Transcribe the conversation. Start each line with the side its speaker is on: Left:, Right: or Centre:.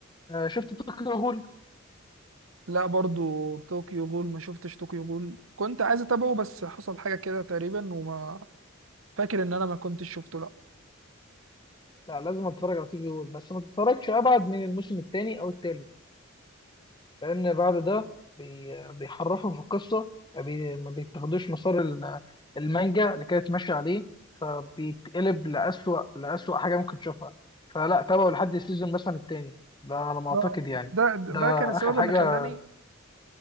Left: آه، شفت توكيو غول
Right: لا برضو طوكيو غول ما شفتش طوكيو غول كنت عايز اتابعه بس حصل حاجة كده تقريبا وما فاكر ان انا ما كنتش شفته لا
Left: لا لازم اتفرج على توكيو غول بس ما تتفرجش ابعد من الموسم الثاني او الثالث لأن بعد ده بي- بيحرفوا في القصة بي- ما بيتاخدوش مسار ال- المانجا اللي كانت ماشية عليه فبيتقلب لأسوأ لأسوأ حاجة ممكن تشوفها فلا تابعوا لحد السيزون مثلا التاني ده على ما
Right: ده
Left: أعتقد يعني
Right: ده ده
Left: ده
Right: كان السبب
Left: آخر حاجة
Right: اللي خلاني